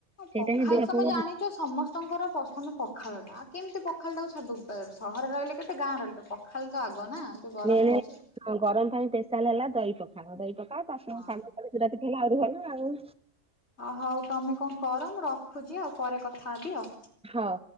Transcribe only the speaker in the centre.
ସେଇଟା
ହିଁ ଦେହ
ପାଇଁ
ମେନ୍
ହଁ ଗରମ ପାଣି ସ୍ପେସାଲ ହେଲା ଦହି ପଖାଳ ଦହି ପଖା ତା ସାଙ୍ଗ
ଦୁରାତି ଖେଲା ଆହୁରି ଭଲ ଆଉ
ହଁ।